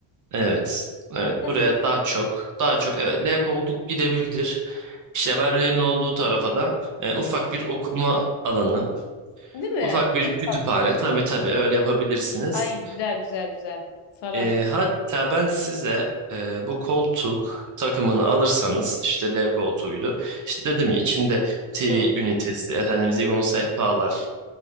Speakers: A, on the right; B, on the left.
A: Evet. Evet,
B: Nasıl?
A: buraya daha çok, daha çok evet L koltuk gidebilir. İşte berjerin olduğu tarafa da e, ufak bir okuma alanı,
B: Değil mi?
A: ufak bir
B: Çok
A: kütüphane.
B: tatlı.
A: Tabii tabii öyle yapabilirsiniz.
B: Ay güzel güzel güzel. Sarar.
A: E, hatta ben size e, bu koltuk takımını alırsanız işte L koltuğuydu. İşte dedim ya içinde TV
B: Hı,
A: ünitesi, efendim zigon sehpalar.